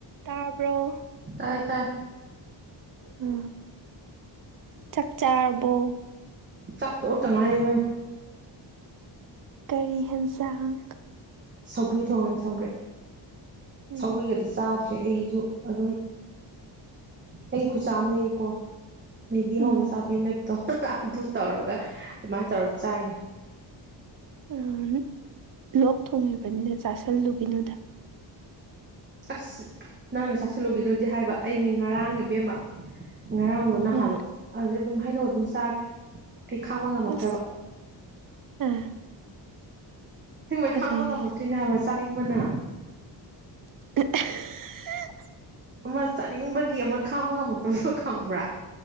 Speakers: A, on the right; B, on the right.
A: ꯇꯥꯔꯕꯣ
B: ꯇꯥꯏ ꯇꯥꯏ
A: ꯎ ꯆꯥꯛꯆꯥꯥꯕꯣ
B: ꯆꯥꯛ ꯑꯣ ꯇꯉꯥꯏꯅꯦ
A: ꯀꯔꯤ ꯌꯦꯟꯁꯥꯡ
B: ꯁꯧꯒ꯭ꯔꯤ ꯊꯣꯡꯉꯦ ꯁꯪꯒꯔꯤ
A: ꯎꯝ
B: ꯁꯧꯒ꯭ꯔꯤꯒꯗꯤ ꯆꯥꯗ ꯁꯦ ꯑꯩꯁꯨ ꯑꯗꯨꯝ ꯑꯩ ꯈꯨꯆꯥ ꯑꯃ ꯂꯩꯌꯦꯀꯣ ꯅꯅꯤꯒꯤ
A: ꯎꯝ
B: ꯍꯧꯔ ꯆꯥꯕꯤ ꯑꯃ ꯂꯩꯕꯗꯣ ꯑꯗꯨ ꯇꯧꯔꯒ ꯑꯗꯨꯃꯥꯏꯅ ꯇꯧꯔ ꯆꯥꯏꯅꯦ
A: ꯑꯝ ꯂꯣꯛ ꯊꯣꯡꯉꯤꯕꯅꯤꯅ ꯆꯥꯁꯜꯂꯨꯒꯤꯅꯣꯗ
B: ꯑꯁ ꯅꯪꯅ ꯆꯥꯥꯁꯜꯂꯨꯒꯤꯅꯣꯗꯤ ꯍꯥꯏꯕ ꯑꯩꯅꯤ ꯉꯔꯥꯡ ꯏꯕꯦꯝꯃ ꯉꯔꯥꯡꯂꯣ ꯅꯍꯥꯜꯂꯣ
A: ꯑꯥ
B: ꯑꯗꯨꯗꯩ ꯑꯗꯨꯝ ꯍꯩꯅꯧ ꯑꯗꯨꯝ ꯆꯥꯈ꯭ꯔꯦ ꯑꯩ ꯈꯥꯡꯕ ꯉꯝꯃꯛꯇ꯭ꯔꯕ
A: ꯑꯁ ꯑꯥ
B: ꯍꯦꯡꯕꯩ
A: ꯐꯖꯩꯅꯦ
B: ꯈꯥꯡꯕ ꯉꯝꯃꯛꯇ꯭ꯔꯤꯅꯦ ꯍꯥꯏꯕ ꯆꯥꯅꯤꯡꯕꯅ
A: <unintelligible> <inaudible>
B: ꯑꯃ ꯆꯥꯅꯤꯡꯕꯒꯤ ꯑꯃ ꯈꯥꯡꯕ ꯉꯝꯃꯛꯇꯕꯘꯣ ꯈꯪꯕ꯭ꯔꯥ